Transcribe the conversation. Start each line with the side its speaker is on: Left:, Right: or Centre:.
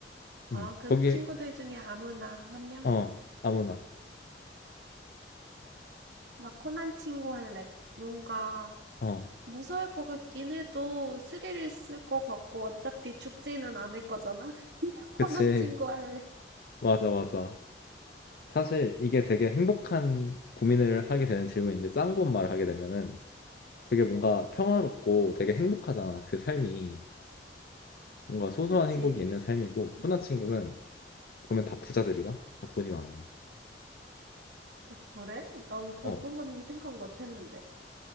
Right: 아,
Left: 음,
Right: 그
Left: 거기
Right: 그 친구들 중에 아무나 한 명?
Left: 어 아무나
Right: 나 코난 친구 할래. 뭔가
Left: 어,
Right: 무서울 것 같긴 해도 스릴 있을 것 같고 어차피 죽지는 않을 거잖아. <laughs> 그냥 코난
Left: 그치
Right: 친구 할래.
Left: 맞아 맞아. 사실 이게 되게 행복한 고민을 하게 되는 질문인데 짱구 엄마를 하게 되면은 되게 뭔가 평화롭고 되게 행복하잖아 그 삶이 뭔가 소소한
Right: 그치?
Left: 행복이 있는 삶이고 코난 친구는 보면 다 부자들이다. 다 돈이 많아.
Right: 어, 그래? 난 그
Left: 어.
Right: 부분은 생각 못 했는데.